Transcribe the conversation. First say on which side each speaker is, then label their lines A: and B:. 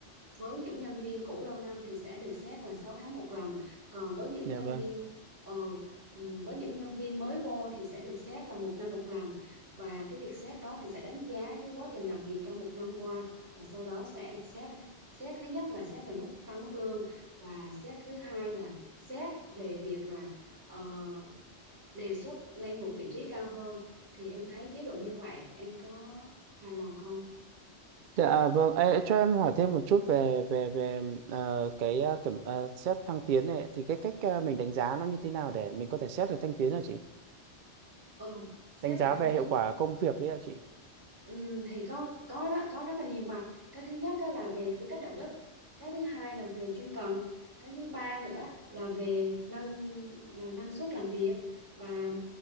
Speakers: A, on the right; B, on the right.
A: với những nhân viên cũ lâu năm thì sẽ được xét là 6 tháng một lần còn với những
B: Dạ
A: nhân
B: vâng.
A: viên ờ, ừm, với những nhân viên mới vô thì sẽ được xét là một năm một lần và cái việc xét đó thì sẽ đánh giá cái quá trình làm việc trong một năm qua và sau đó sẽ xét xét thứ nhất là xét về mức tăng mức lương và xét thứ hai là xét về việc là ờ, đề xuất lên một vị trí cao hơn thì em thấy chế độ như vậy em có hài lòng không?
B: Dạ, à, vâng, Ê, cho em hỏi thêm một chút về về về ờ, cái ờ, kiểm ờ, xét thăng tiến này thì cái cách ờ, mình đánh giá nó như thế nào để mình có thể xét được thăng tiến hả chị?
A: Ừ, xét
B: Đánh giá
A: về thăng
B: về
A: tiến
B: hiệu quả công việc đấy hả chị?
A: Ừ, thì có có rất, có rất là nhiều mặt cái thứ nhất á là về tư cách đạo đức cái thứ hai là về chuyên cần cái thứ ba nữa là về năng ờ, năng suất làm việc và